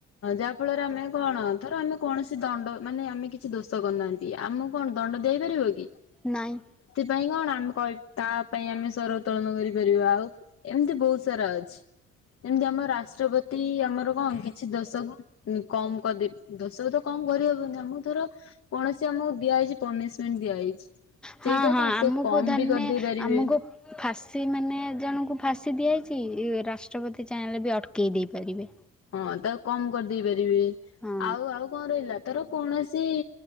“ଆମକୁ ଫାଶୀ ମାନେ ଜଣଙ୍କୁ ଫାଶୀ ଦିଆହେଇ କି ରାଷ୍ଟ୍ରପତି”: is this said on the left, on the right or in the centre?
Centre